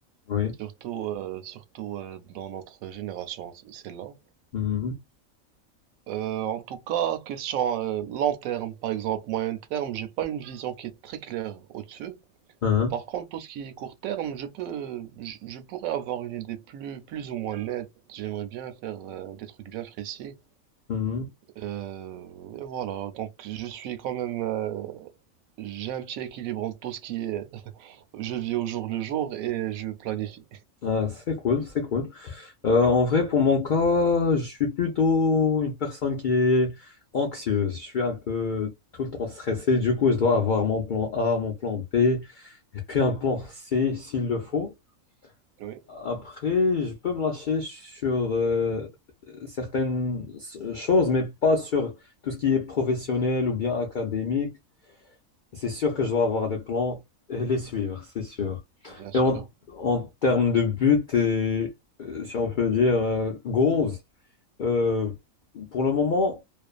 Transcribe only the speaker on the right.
surtout, euh, surtout euh, dans notre génération, c- celle-là.
Euh, en tout cas, question euh, long terme, par exemple, moyen terme, j'ai pas une vision qui est très claire au-dessus.
Par contre, tout ce qui est court terme, je peux, je, je pourrais avoir une idée plus, plus ou moins nette. J'aimerais bien faire euh, des trucs bien précis.
Euh, et voilà, donc je suis quand même, euh, j'ai un petit équilibre entre tout ce qui est, <laughs> je vis au jour le jour et je planifie.
Oui,
bien sûr.